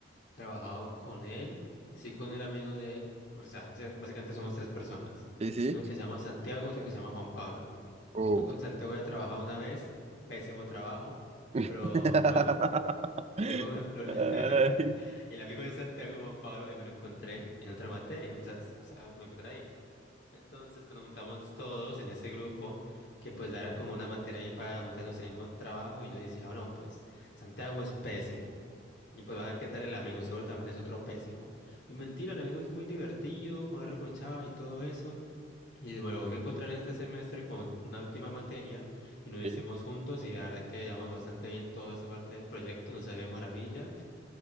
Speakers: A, on the left; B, on the right.
A: trabajado con él, sí con el amigo de él. O sea, básicamente somos tres personas.
B: Sí, sí.
A: Uno que se llama Santiago, otro que se llama Juan Pablo.
B: Uh,
A: Yo con Santiago ya he trabajado una vez, pésimo trabajo,
B: <laughs>
A: pero bueno, luego <laughs> lo- <laughs>
B: Ay.
A: el amigo de Santiago, Juan Pablo, ahí me lo encontré en otra materia, o sea, s- o sea, me encontré ahí. Entonces, pues nos juntamos todos en ese grupo, que pues era como una materia ahí para juntarnos en el mismo trabajo, y yo decía, ah, no, pues Santiago es pésimo. Y pues va a ver qué tal el amigo, seguro también es otro pésimo. Y mentira, el amigo es muy divertido, con recochado y todo eso. Y me lo volví a encontrar en este semestre con una última materia y nos hicimos
B: Sí.
A: juntos y la verdad que llevamos bastante bien toda esa parte del proyecto, nos salió de maravilla